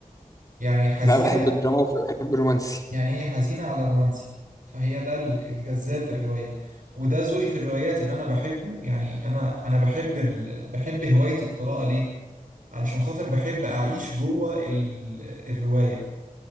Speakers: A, on the right; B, on the left.
A: يعني حزينة
B: لا بحب الدراما وبحب الرومانسي
A: يعني هي حزينة على رومانسي فهي ده ال- الجذاب في الرواية وده ذوقي في الروايات اللي أنا بحبه يعني أنا أنا بحب ال... بحب هواية القراءة ليه؟ علشان خاطر بحب أعيش جوه ال... الرواية